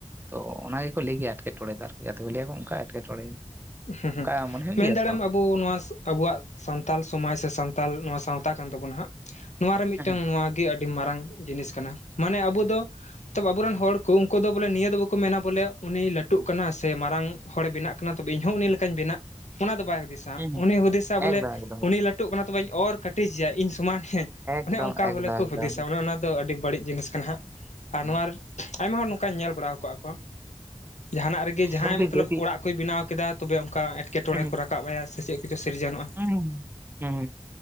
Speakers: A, on the right; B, on the left.
A: ᱛᱚ ᱚᱱᱟ ᱜᱮᱠᱚ ᱞᱟᱹᱭ ᱜᱮᱭᱟ ᱮᱴᱠᱮᱴᱚᱬᱮ ᱫᱚ ᱟᱨᱠᱤ ᱟᱫᱚ ᱞᱟᱹᱭ ᱟᱠᱚ ᱚᱱᱠᱟ ᱮᱴᱠᱮᱴᱚᱬᱮ
B: ᱦᱩᱸ ᱦᱩᱸ
A: ᱚᱱᱠᱟ ᱢᱚᱱᱮ ᱦᱩᱭᱩᱜ
B: ᱢᱮᱱᱫᱟᱲᱮᱭᱟᱢ
A: ᱜᱮᱭᱟ ᱥᱮ ᱵᱟᱝ
B: ᱟᱵᱚ ᱱᱚᱣᱟ ᱟᱵᱩᱣᱟᱜ ᱥᱟᱱᱛᱟᱞ ᱥᱚᱢᱟᱡᱽ ᱥᱮ ᱥᱟᱱᱛᱟᱞ ᱱᱚᱣᱟ ᱥᱟᱶ ᱛᱟ ᱠᱟᱱ ᱛᱟᱵᱚᱱᱟ ᱦᱟᱸᱜ ᱱᱚᱣᱟ ᱨᱮ ᱢᱤᱫᱴᱟᱝ
A: ᱦᱮᱸ ᱦᱮᱸ
B: ᱱᱚᱣᱟᱜᱮ ᱟᱹᱰᱤ ᱢᱟᱨᱟᱝ ᱡᱤᱱᱤᱥ ᱠᱟᱱᱟ ᱢᱟᱱᱮ ᱟᱵᱚ ᱫᱚ ᱛᱚᱵ ᱟᱵᱚᱨᱮᱱ ᱦᱚᱲ ᱠᱚ ᱩᱱᱠᱩ ᱫᱚ ᱵᱚᱞᱮ ᱱᱤᱭᱟᱹ ᱫᱚ ᱵᱟᱠᱚ ᱢᱮᱱᱟ ᱵᱚᱞᱮ ᱩᱱᱤ ᱞᱟᱹᱴᱩᱜ ᱠᱟᱱᱟ ᱥᱮ ᱢᱟᱨᱟᱝ ᱦᱚᱲᱮ ᱵᱮᱱᱟᱜ ᱠᱟᱱᱟ ᱛᱚᱵᱮ ᱤᱧᱦᱚᱸ ᱩᱱᱤ ᱞᱮᱠᱟᱧ ᱵᱮᱱᱟᱜ ᱚᱱᱟ ᱫᱚ ᱵᱟᱭ ᱦᱩᱫᱤᱥᱟᱦᱟᱸᱜ
A: ᱦᱩᱸ ᱦᱩᱸ
B: ᱩᱱᱤ ᱦᱩᱫᱤᱥᱟ ᱵᱚᱞᱮ
A: ᱮᱠᱫᱚᱢ ᱮᱠᱫᱚᱢ
B: ᱩᱱᱤ ᱞᱟᱹᱴᱩᱜ ᱠᱟᱱᱟ ᱛᱚᱵᱮᱹᱧ ᱚᱨ ᱠᱟᱹᱴᱤᱡᱮᱭᱟ ᱤᱧ ᱥᱚᱢᱟᱱᱮᱭᱤᱭᱟᱹᱧ
A: ᱮᱠᱫᱚᱢ
B: ᱚᱱᱮ ᱚᱱᱠᱟ
A: ᱮᱠᱫᱚᱢ
B: ᱵᱚᱞᱮ ᱠᱚ
A: ᱮᱠᱫᱚᱢ
B: ᱦᱩᱫᱤᱥᱟ ᱚᱱᱮ ᱚᱱᱟᱫᱚ ᱟᱹᱰᱤ ᱵᱟᱹᱲᱤᱡ ᱡᱤᱱᱤᱥ ᱠᱟᱱᱟ ᱦᱟᱸᱜ ᱟᱨ
A: ᱦᱮᱸ
B: ᱱᱚᱣᱟ ᱟᱭᱢᱟ ᱦᱚᱲ ᱱᱚᱝᱠᱟᱧ ᱧᱮᱞ ᱵᱟᱲᱟ ᱠᱟᱜ ᱠᱚᱣᱟ ᱡᱟᱦᱟᱱᱟᱜ ᱨᱮᱜᱮ ᱡᱟᱦᱟᱸᱭ
A: ᱜᱚᱢᱠᱮ
B: ᱢᱚᱛᱞᱚᱵ
A: ᱡᱩᱫᱤ
B: ᱚᱲᱟᱜ ᱠᱚᱭ ᱵᱮᱱᱟᱣ ᱠᱮᱫᱟ ᱛᱚᱵᱮ ᱚᱱᱠᱟ ᱮᱴᱠᱮᱴᱚᱬᱮ
A: ᱦᱩᱸ ᱦᱩᱸ
B: ᱠᱚ ᱨᱟᱠᱟᱵ ᱮᱭᱟ ᱥᱮ ᱪᱮᱫ ᱠᱚᱪᱚ ᱥᱤᱨᱡᱚᱱᱚᱜᱼᱟ
A: ᱦᱩᱸ ᱦᱩᱸ